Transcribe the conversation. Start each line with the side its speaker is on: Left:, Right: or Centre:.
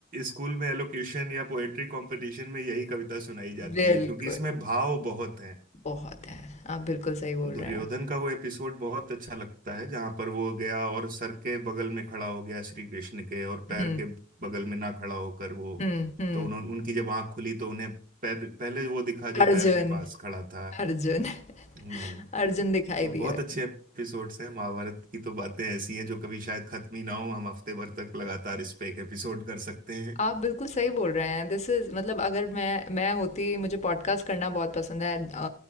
Right: स्कूल में एलोकेशन या पोएट्री कंपटीशन में यही कविता सुनाई जाती
Left: बिल्कुल
Right: है क्योंकि इसमें भाव बहुत हैं
Left: बहुत है आप बिल्कुल सही बोल
Right: दुर्योधन
Left: रहे हैं
Right: का वो एपिसोड बहुत अच्छा लगता है जहां पर वो गया और सर के बगल में खड़ा हो गया श्री कृष्ण के और
Left: हम्म
Right: पैर के बगल में ना खड़ा होकर वो
Left: हम्म हम्म
Right: तो उन्हों उनकी जब आंख खुली तो उन्हें पैर पहले वो दिखा जो
Left: अर्जुन
Right: पैर के पास खड़ा था
Left: अर्जुन <laughs>
Right: हम्म
Left: अर्जुन दिखाई
Right: तो बहुत
Left: दिया
Right: अच्छे एपिसोड्स हैं महाभारत की तो बातें ऐसी हैं जो कभी शायद खत्म ही ना हो हम हफ्ते भर तक लगातार इस पे एक एपिसोड कर सकते हैं
Left: आप बिल्कुल सही बोल रहे हैं दिस इज़ मतलब अगर मैं मैं होती मुझे पॉडकास्ट करना बहुत पसंद है अ,